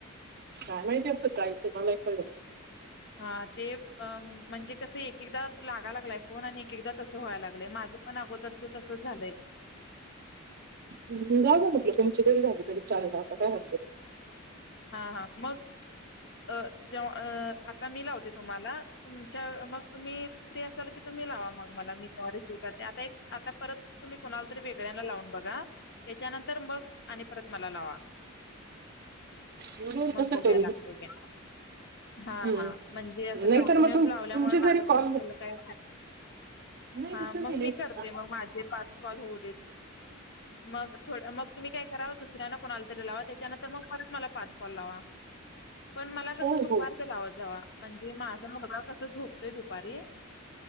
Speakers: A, on the right; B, on the left.
A: कायं माहिती असं कायंच मलांही कळलं
B: हां ते म्हणजे कसं एक एकदाचं लागां लागलांय फोन आणि एक एकदां तसं व्हांयला लागलंय माझं पणं अगोदरचं तसंच झालंय
A: जा म्हटलं, तुमची जरी झाली तरी चालेल, आता काय हरकत
B: हा हा मग अ जेव्हा, आता मी लावते तुम्हाला तुमच्या मग तुम्ही फ्री असाल की तुम्ही लावा मग मला, मी तेव्हा रिसीव्ह करते, आता एक आता परत तुम्ही कुणाला तरी वेगळ्यांला लावून बघा, त्याच्यानंतर मग, आणि परत मला लावा.
A: नाही
B: मग
A: कसं
B: बघूया
A: करू
B: लागतंय काय. हा
A: हम्म
B: हा, म्हणजे असं
A: नाही
B: कंटिन्युअस
A: तर मग तुम
B: लावल्यामुळे
A: तुमचे
B: लागत
A: जरी कॉल
B: नसल काय
A: नाही
B: हा,
A: तसं
B: मग
A: नाही नाही
B: मी करते मग माझे पाच कॉल होऊ देत, मग थोडं मग तुम्ही काय करा, दुसऱ्याना कोणाला तरी लावा, त्याच्यानंतर मग परत मला पाच कॉल लावा, पण मला
A: हो
B: कसं दुपारच
A: हो
B: लावत जावा, म्हणजे माझा मुलगा कसं झोपतोय दुपारी,